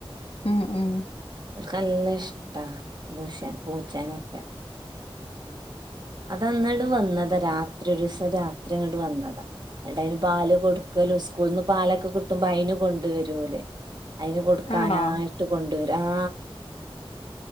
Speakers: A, on the left; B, on the right.
A: ഉം ഉം
B: ഓൽക്ക് നല്ല ഇഷ്ട പൂശൻ പൂച്ചനൊക്കെ അത് അന്നാണ്ട് വന്നതാ രാത്രി ഒരൂസം രാത്രിങ്ങട്ട് വന്നതാ ന്നട്ട് അയിന് പാല് കൊട്ക്കലും സ്കൂൾന്ന് പാലക്കെ കിട്ടുമ്പോ അയിന് കൊണ്ട് വരു ഓല് അയിന് കൊക്കാനാ
A: ആണോ
B: ട്ട് കൊണ്ടുവരും ആ